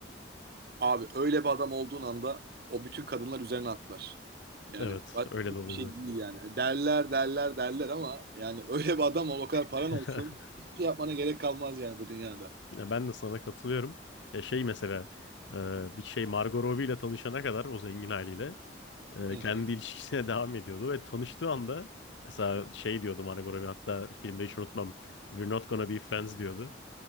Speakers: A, on the right; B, on the left.
A: Abi öyle bir adam olduğun anda o bütün kadınlar üzerine atlar. Yani
B: evet
A: başka
B: öyle
A: hiçbir
B: de oluyor
A: şey
B: zaten.
A: değil yani. Yani Derler derler derler ama yani <laughs> öyle bir adam ol o kadar paran
B: <laughs>
A: olsun. Hiçbir şey yapmana gerek kalmaz yani bu dünyada.
B: Ya ben de sana katılıyorum. Ya şey mesela e, bir şey Margot Robbie ile tanışana kadar o zengin haliyle e,
A: Hı
B: kendi
A: hı.
B: ilişkisine <laughs> devam ediyordu ve tanıştığı anda mesela şey diyordu Margot Robbie hatta filmde hiç unutmam We're not gonna be friends diyordu.